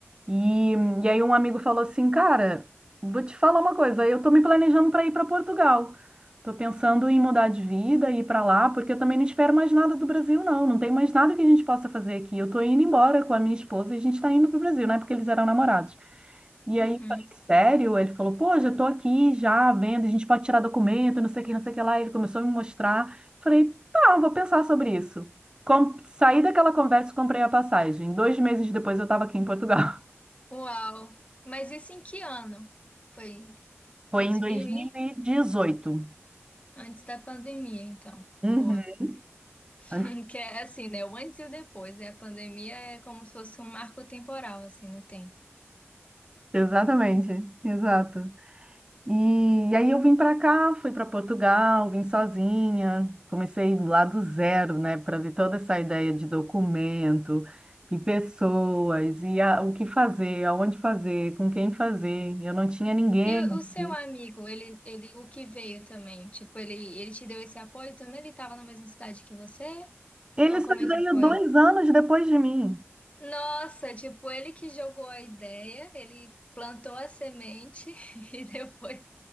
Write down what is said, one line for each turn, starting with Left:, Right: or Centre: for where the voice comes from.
Right: E, e aí um amigo falou assim, cara, vou te falar uma coisa, eu tô me planejando para ir para Portugal. Tô pensando em mudar de vida e ir para lá, porque eu também não espero mais nada do Brasil, não. Não tem mais nada que a gente possa fazer aqui. Eu tô indo embora com a minha esposa e a gente tá indo pro Brasil, né? Porque eles eram namorados. E
Left: Uhum.
Right: aí, eu falei, sério? Ele falou, pô, já tô aqui, já vendo, a gente pode tirar documento, não sei o que, não sei o que lá. Ele começou a me mostrar. Falei, tá, vou pensar sobre isso. Com... Saí daquela conversa e comprei a passagem. Dois meses depois eu tava aqui em Portugal.
Left: Uau! Mas isso em que ano? Foi
Right: Foi
Left: 2000
Right: em 2018.
Left: e antes da pandemia, então.
Right: Uhum,
Left: Boa. <laughs>
Right: Antes-
Left: Que é assim, né? O antes e o depois. E a pandemia é como se fosse um marco temporal, assim, não tem.
Right: exatamente, exato. E, aí eu vim para cá, fui para Portugal, vim sozinha, comecei lá do zero, né, para ver toda essa ideia de documento e pessoas e a- o que fazer, aonde fazer, com quem fazer. Eu não tinha ninguém
Left: E o
Right: aqui.
Left: o seu amigo, ele, ele, o que veio também? Tipo, ele, ele te deu esse apoio também? Ele estava na mesma cidade que você?
Right: Ele
Left: Ou
Right: só
Left: como é
Right: veio
Left: que foi?
Right: dois anos depois de mim.
Left: Nossa, tipo, ele que jogou a ideia, ele plantou a semente <laughs> e depois